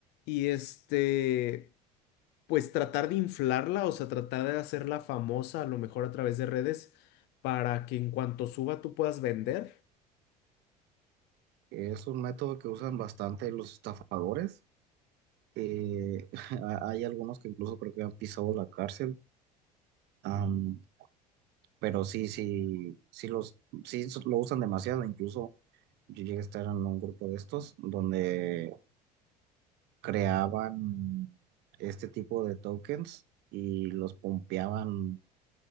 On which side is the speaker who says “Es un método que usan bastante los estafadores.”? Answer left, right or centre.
Right